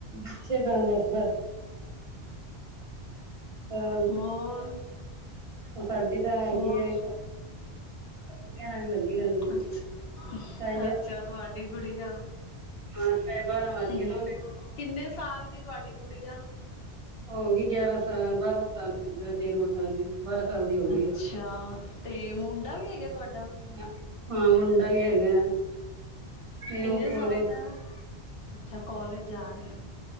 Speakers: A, on the right; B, on the left.
A: ਬੱਚੇ ਤਾਂ ਦੱਸ ਬਸ
B: ਹੋਰ
A: ਉਹ ਸਾਡੀ ਤਾਂ ਹੈਗੀ
B: ਹੋਰ
A: ਹੈ ਕੁੱਤਿਆਂ ਨਾਲ ਹੀ ਲੱਗੀ ਰਹਿੰਦੀ
B: ਅੱਛਾ,
A: ਸ਼ਾਇਦ ਯਾਰ
B: ਅੱਛਾ ਤੁਹਾਡੀ ਗੁੜੀਆ
A: ਹਾਂ ਸਾਡੇ ਬਾਂਰਾਂ ਵੱਜ
B: ਹੂੰ
A: ਗਏ
B: ਹੂੰ
A: ਨੇ
B: ਕਿੰਨੇ ਸਾਲ ਦੀ ਤੁਹਾਡੀ ਗੁੜੀਆ
A: ਹੋਗੀ ਗਿਆਰਾਂ ਸਾਲ, ਬਾਰਵਾ ਸਾਲ, ਤੇਰਵਾਂ ਸਾਲ ਬਾਰਾਂ ਸਾਲ ਦੀ ਹੋ ਗਈ
B: ਅੱਛਾ ਤੇ ਮੁੰਡਾ ਵੀ ਹੈਗਾ ਤੁਹਾਡਾ
A: ਆ ਹਾਂ ਮੁੰਡਾ ਵੀ ਹੈਗਾ ਉਹ
B: ਕਿੰਨੇ
A: ਖੋਲੇ
B: ਸਾਲ ਦਾ ਉਹ ਅੱਛਾ ਕਾਲਜ ਜਾ ਰਿਹਾ